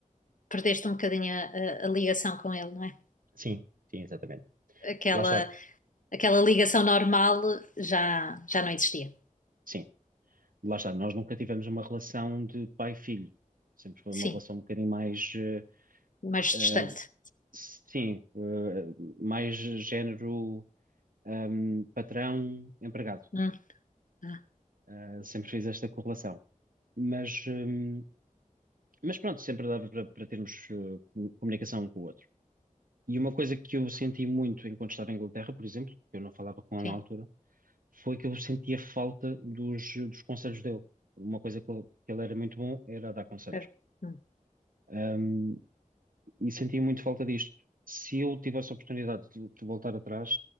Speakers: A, on the left; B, on the right.
A: perdeste um bocadinho a, a- a ligação com ele, não é?
B: Sim, sim, exatamente.
A: Aquela,
B: Lá está,
A: aquela ligação normal já, já não existia.
B: sim, lá está. Nós nunca tivemos uma relação de pai-filho. Sempre foi
A: Sim.
B: uma relação um bocadinho mais eh,
A: mais
B: eh,
A: distante.
B: Sim, eh, mais género, ahm, patrão, empregado.
A: Hum, ah,
B: Ah, sempre fiz esta correlação. Mas, hum, mas pronto, sempre dava para para termos eh, com- comunicação um com o outro. E uma coisa que eu senti muito enquanto estava em Inglaterra, por exemplo, que eu não falava com ela
A: sim,
B: na altura, foi que eu sentia falta dos, dos conselhos dele. Uma coisa que ele, que ele era muito bom era a dar conselhos.
A: certo. Hum.
B: Ahm, e sentia muito falta disto. Se eu tivesse a oportunidade de de voltar atrás.